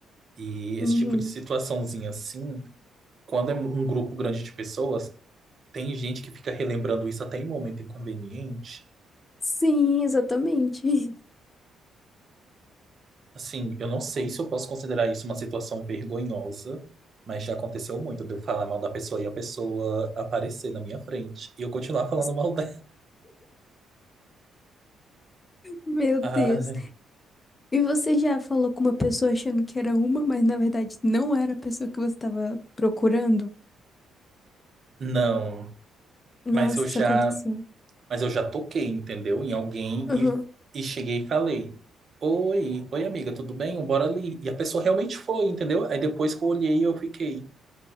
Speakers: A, on the right; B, on the left.
A: E esse
B: Uhum.
A: tipo de situaçãozinha assim, quando é um grupo grande de pessoas, tem gente que fica relembrando isso até em momento inconveniente.
B: Sim, exatamente.
A: Assim, eu não sei se eu posso considerar isso uma situação vergonhosa, mas já aconteceu muito de eu falar mal da pessoa e a pessoa aparecer na minha frente e eu continuar falando
B: <laughs>
A: mal dela. <laughs>
B: Meu Deus.
A: Ah,
B: E você já falou com uma pessoa achando que era uma, mas na verdade não era a pessoa que você estava procurando?
A: não.
B: Nossa,
A: Mas eu já
B: isso aconteceu.
A: Mas eu já toquei, entendeu? Em alguém
B: Aham.
A: e, e cheguei e falei: Oi, oi amiga, tudo bem? Bora ali. E a pessoa realmente foi, entendeu? Aí depois que eu olhei, eu fiquei: